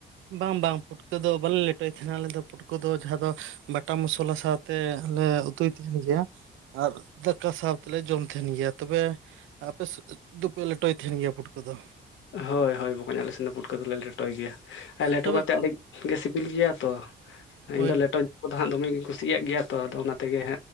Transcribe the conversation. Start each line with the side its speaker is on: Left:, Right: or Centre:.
Right: ᱵᱟᱝ ᱵᱟᱝ ᱯᱩᱴᱠᱟᱹ ᱫᱚ ᱵᱟᱞᱮ ᱞᱮᱴᱚᱭ ᱛᱟᱦᱮᱱᱟ ᱟᱞᱮ ᱫᱚ᱾ ᱱᱩᱠᱩ ᱫᱚ ᱡᱟᱦᱟᱸ ᱫᱚ ᱢᱮᱴᱟ ᱢᱚᱥᱞᱟ ᱥᱟᱶᱛᱮ ᱞᱮ ᱩᱛᱩᱭ ᱛᱟᱦᱮ ᱜᱮᱭᱟ ᱟᱨ ᱫᱟᱠᱟ ᱥᱟᱶ ᱛᱮᱞᱮ ᱡᱚᱢ ᱛᱟᱦᱮᱱ ᱜᱮᱭᱟ ᱛᱚᱵᱮ ᱟᱯᱮ ᱥᱮᱫ ᱫᱚᱯᱮ ᱞᱮᱴᱚᱭ ᱛᱟᱦᱮᱱ ᱜᱮᱭᱟ ᱯᱩᱴᱠᱟᱹ ᱫᱚ
Left: ᱦᱳᱭ ᱦᱳᱭ ᱵᱚᱠᱚᱧ ᱟᱞᱮᱥᱮᱫ ᱫᱚ ᱯᱩᱴᱠᱟᱹ ᱟᱞᱮ ᱞᱮᱴᱚᱭ ᱜᱮᱭᱟ ᱟᱨ ᱞᱮᱴᱚ
Right: ᱛᱚᱵᱮ
Left: ᱠᱟᱛᱮᱫ ᱟᱹᱰᱤ ᱜᱮ ᱥᱤᱵᱤᱞ ᱜᱮᱭᱟ ᱛᱚ
Right: ᱦᱳᱭ
Left: ᱤᱧ ᱫᱚ ᱞᱮᱴᱚ ᱩᱱᱠᱩ ᱫᱚᱦᱟᱸᱜ ᱫᱚᱢᱮᱮᱧ ᱠᱩᱥᱤᱭᱟᱜ ᱜᱮᱭᱟ ᱛᱚ ᱟᱫᱚ ᱚᱱᱟ ᱛᱮᱜᱮ